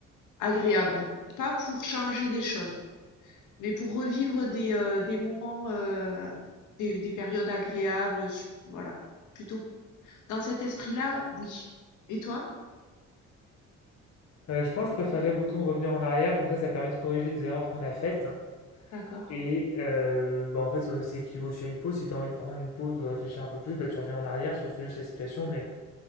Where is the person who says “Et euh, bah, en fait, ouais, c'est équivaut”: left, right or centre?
Left